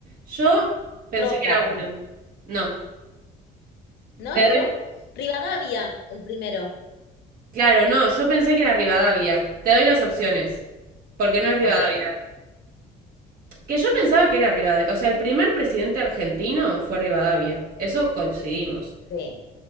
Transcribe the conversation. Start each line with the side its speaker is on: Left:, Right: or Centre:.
Right: Yo pensé
Left: Roca,
Right: que era una. No.
Left: ¿no
Right: Te
Left: es
Right: doy...
Left: Roca? Rivadavia, el primero.
Right: Claro, no, yo pensé que era Rivadavia. Te doy las opciones, porque no es Rivadavia.
Left: Ok,
Right: Que yo pensaba que era Rivadavia. O sea, el primer presidente argentino fue Rivadavia. Eso coincidimos.
Left: sí.